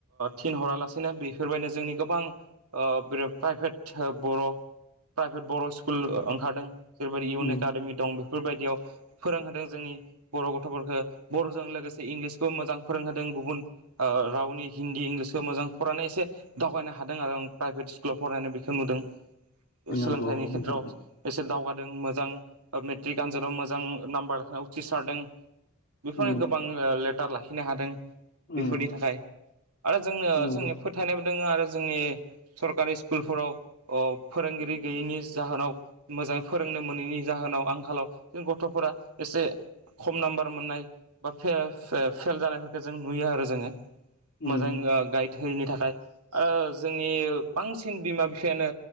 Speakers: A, on the right (about 85°); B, on the left (about 50°).
A: थिनहरालासिनो बेफोरबायदिनो जोंनि गोबां बे प्राइभेट बर' प्राइभेट बर' स्कुल ओंखारदों जेरैबायदि इउन
B: उम
A: एकाडेमि दं बेफोरबायदियाव फोरोंदों जोंनि बर' गथ'फोरखौ। बर'जों लोगोसे इंलिस मोजां फोरोंदों गुबुन ओ रावनि हिन्दी इंलिसखौ मोजां फरायनाय एसे दावगायनो हादों आरो। आं प्राइभेट स्कुलाव फरायनाय बेखौ नुदों।
B: नंगौ
A: सोलोंथाइनि
B: नोंथां
A: खेथ्रआव एसे दावगा दों मोजां ओ मेट्रिक आनजादाव मोजां नाम्बार उथ्रिसारदों। बेफोरनो
B: उम
A: गोबां ओ लेटार लाखिनो हादों
B: उम
A: बेफोरनि थाखाय। आरो जोंनो
B: नंगौ
A: जोंनि फोथायनायबो दोङो आरो जोंनि सरकारि स्कुलफोराव ओ फोरोंगिरि गैयैनि जाहोनाव मोजाङै फोरोंनो मोनैनि जा होनाव आंखालाव जों गथ'फोरा एसे खम नाम्बार मोननाय बा फेल फे-फेल जानायफोरखौ जों नुयो आरो जोङो।
B: उम
A: मोजां गाइद होयिनि थाखाय ओ जोंनि बांसिन बिमा- बिफायानो